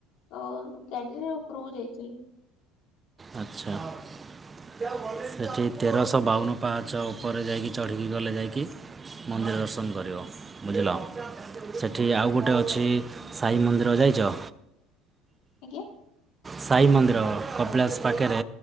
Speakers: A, on the left; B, on the right.
A: ଆଉ ଗାଡିରେ ଉପରକୁ ଯାଇଥିଲୁ।
B: ଆଚ୍ଛା। <unintelligible> ସେଠି ତେରଶହ ବାଉନ ପାହାଚ ଉପରେ ଯାଇକି ଚଢ଼ିକି ଗଲେ ଯାଇକି। ମନ୍ଦିର ଦର୍ଶନ କରିବ। ବୁଝିଲ ସେଠି ଆଉ ଗୋଟେ ଅଛି ସାଇ ମନ୍ଦିର ଯାଇଛ?
A: ଆଜ୍ଞା?
B: ସାଇ ମନ୍ଦିର କପିଳାସ ପାଖରେ